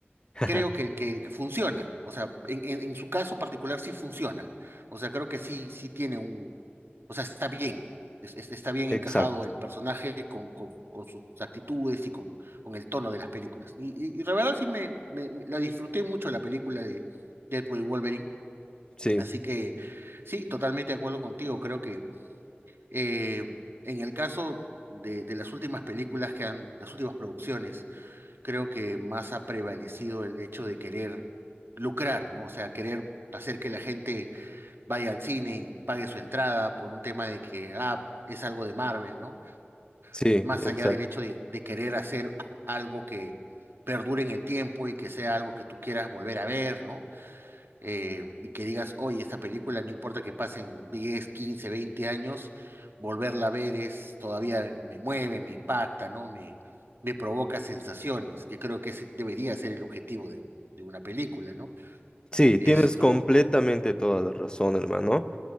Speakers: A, on the left (about 20°); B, on the right (about 65°).
A: <laughs>
B: creo que, que, que funciona. O sea, en, en, en su caso particular sí funciona. O sea, creo que sí, sí tiene un, o sea, está bien. Es- es- está bien
A: Exacto.
B: encajado el personaje con, con, con sus actitudes y con, con el tono de las películas. Y, y, y la verdad sí me, me- me- la disfruté mucho la película de Deadpool y Wolverine.
A: Sí,
B: Así que sí, totalmente de acuerdo contigo. Creo que eh, en el caso de, de las últimas películas que han, las últimas producciones, creo que más ha prevalecido el hecho de querer lucrar, ¿no? O sea, querer hacer que la gente vaya al cine y pague su entrada por un tema de que, ah, es algo de Marvel, ¿no?
A: sí,
B: Más
A: exacto.
B: allá del hecho de, de querer hacer algo que perdure en el tiempo y que sea algo que tú quieras volver a ver, ¿no? eh, y que digas, oye, esta película, no importa que pasen 10 15 20 años, volverla a ver es todavía me mueve, me impacta, ¿no? Me, me provoca sensaciones, que creo que ese debería ser el objetivo de, de una película, ¿no?
A: Sí,
B: Esto,
A: tienes completamente toda la razón, hermano.